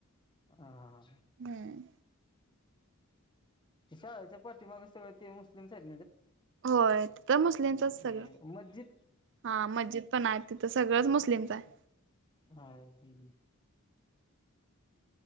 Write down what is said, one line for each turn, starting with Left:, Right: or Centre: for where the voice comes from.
Left: हा
Right: हम्
Left: शाळेच्या पाठी माग सगळं ते मुस्लिम साईड
Right: होय त तर मुस्लिमचच सगळं
Left: म्हणजे मस्जिद
Right: हा मस्जिद पण आहे तिथं सगळंच मुस्लिमच आहे
Left: हा ह्